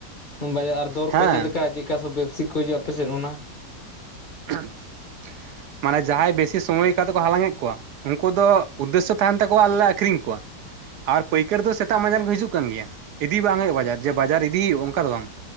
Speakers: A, on the left (about 30°); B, on the right (about 75°).
A: ᱵᱟᱡ <unintelligible> ᱟᱨ ᱫᱚᱨ
B: ᱦᱮᱸ
A: ᱠᱚ ᱪᱮᱫᱞᱮ ᱞᱮᱠᱟ ᱪᱮᱫ? ᱚᱠᱟᱥᱮᱫ ᱵᱮᱯᱥᱤᱠ ᱠᱚ ᱦᱤᱡᱩᱜ-ᱟ ᱟᱯᱮᱥᱮᱫ ᱚᱱᱟ
B: <unintelligible> ᱢᱟᱱᱮ ᱡᱟᱦᱟᱸᱭ ᱵᱮᱥᱤ ᱥᱚᱢᱚᱭ ᱠᱟᱛᱮ ᱠᱚ ᱦᱟᱞᱟᱝᱮᱫ ᱠᱚᱣᱟ᱾ ᱩᱱᱠᱩ ᱫᱚ ᱩᱫᱽᱫᱮᱥᱥᱚ ᱛᱟᱦᱮᱱ ᱛᱟᱠᱚᱣᱟ ᱟᱞᱮ ᱞᱮ ᱟᱠᱷᱨᱤᱧ ᱠᱚᱣᱟ ᱟᱨ ᱯᱟᱹᱭᱠᱟᱹᱨᱤ ᱫᱚ ᱥᱮᱛᱟᱜ ᱵᱟᱡᱟᱨ ᱠᱚ ᱦᱤᱡᱩᱜ ᱠᱟᱱ ᱜᱮᱭᱟ ᱤᱫᱤ ᱵᱟᱝ ᱦᱩᱭᱩᱜᱼᱟ ᱵᱟᱡᱟᱨ ᱡᱮ ᱵᱟᱡᱟᱨ ᱤᱫᱤ ᱦᱩᱭᱩᱜᱼᱟ ᱚᱱᱠᱟ ᱫᱚ ᱵᱟᱝ᱾